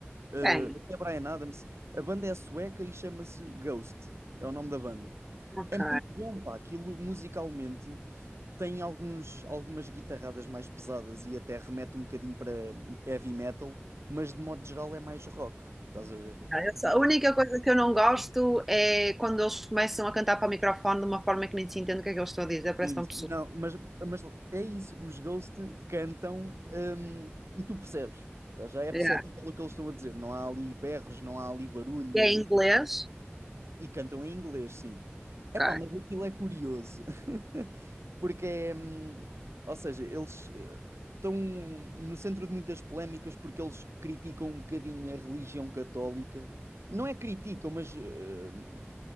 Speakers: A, on the right; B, in the centre.
A: eh,
B: Bem,
A: até Bryan Adams. A banda é sueca e chama-se Ghost, é o nome da banda.
B: ok.
A: É muito bom, pá, aquilo musicalmente tem alguns, algumas guitarradas mais pesadas e até remete um bocadinho para heavy metal, mas de modo geral é mais rock, estás a ver?
B: Ah, eu só- A única coisa que eu não gosto é quando eles começam a cantar para o microfone de uma forma que nem se entende o que é que eles estão a dizer, parece
A: Isso.
B: que estão pessoas.
A: Não, mas, mas é isso, os Ghost cantam, hum, e tu percebes. Para já é perceptível
B: Yeah.
A: o que eles estão a dizer. Não há ali berros, não há ali barulho.
B: E é em inglês?
A: E cantam em inglês, sim.
B: Ok,
A: Epá, mas aquilo é curioso. <laughs> Porque é. hum, Ou seja, eles eh, estão no centro de muitas polémicas porque eles criticam um bocadinho a religião católica. Não é criticam, mas hum,